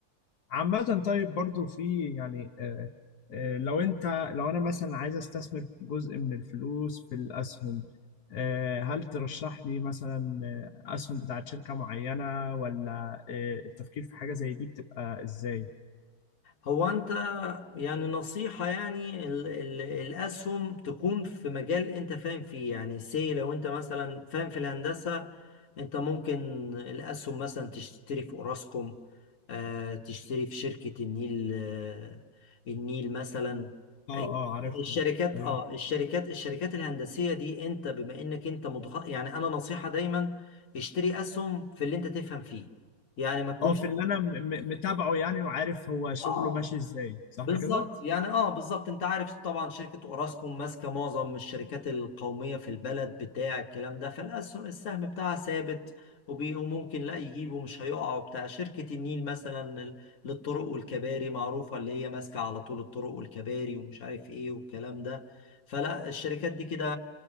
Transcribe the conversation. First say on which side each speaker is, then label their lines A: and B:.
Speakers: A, on the left; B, on the left.
A: عامة طيب برضو في يعني آه آه لو انت لو انا مثلا عايز استثمر جزء من الفلوس في الاسهم آه هل ترشح لي مثلا آه، اسهم بتاعت شركة معينة ولا آه التفكير في حاجة زي دي بتبقى ازاي؟
B: هو انت يعني نصيحة يعني ال ال الأسهم تكون في مجال انت فاهم فيه يعني سي لو انت مثلا فاهم في الهندسة انت ممكن الأسهم مثلا تشتري في اوراسكوم آه تشتري في شركة النيل آه النيل مثلا
A: اه
B: أي-
A: اه عارفها
B: الشركات
A: ايوه
B: اه الشركات الشركات الهندسية دي انت بما انك انت متخ... يعني انا نصيحة دايما اشتري أسهم في اللي انت تفهم فيه يعني ما تكونش
A: اه في اللي انا م- م- متابعه يعني وعارف هو شغله
B: اه
A: ماشي ازاي صح
B: بالظبط
A: كده؟
B: يعني اه بالظبط انت عارف طبعا شركة اوراسكوم ماسكة معظم الشركات القومية في البلد بتاع الكلام ده فالسهم بتاعها ثابت وبي- وممكن لا يجيبه مش هيقع وبتاع شركة النيل مثلا ال- للطرق والكباري معروفة اللي هي ماسكة على طول الطرق والكباري ومش عارف ايه والكلام ده فلا الشركات دي كده